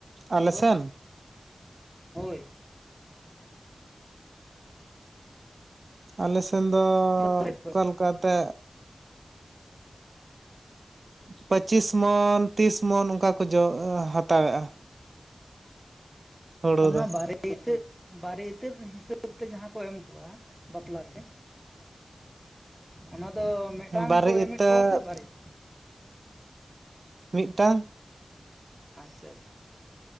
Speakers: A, on the right (about 75°); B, in the centre.
A: ᱟᱞᱮ
B: ᱦᱳᱭ
A: ᱥᱮᱱ
B: ᱦᱳᱭ
A: ᱟᱞᱮ ᱥᱮᱱ ᱫᱚᱻ
B: ᱦᱳᱭ
A: ᱚᱠᱟ
B: ᱦᱳᱭ
A: ᱞᱮᱠᱟ ᱛᱮ ᱯᱟᱹᱪᱤᱥ ᱢᱚᱱ ᱛᱤᱥ ᱢᱚᱱ ᱚᱱᱠᱟ ᱠᱚ ᱡᱚ ᱦᱟᱛᱟᱣᱮᱜᱼᱟ᱾ ᱦᱩᱲᱩ
B: ᱚᱱᱟ
A: ᱫᱚ
B: ᱵᱟᱨᱮ ᱤᱛᱟᱹ ᱵᱟᱨᱮ ᱤᱛᱟᱹᱫ ᱦᱤᱥᱟᱹᱵᱽ ᱛᱮ ᱡᱟᱦᱟᱸ ᱠᱚ ᱮᱢ ᱠᱚᱣᱟ ᱵᱟᱯᱞᱟ ᱨᱮ
A: <unintelligible>
B: ᱚᱱᱟ ᱫᱚ ᱢᱤᱫ ᱴᱟᱝ
A: ᱵᱟᱨᱮ
B: ᱠᱚ
A: ᱤᱛᱟᱹ
B: ᱮᱢᱮᱫ ᱠᱚᱣᱟ ᱥᱮ ᱵᱟᱨᱭᱟ
A: ᱢᱤᱫ ᱴᱟᱝ
B: ᱟᱪᱪᱷᱟ ᱟᱪᱪᱷᱟ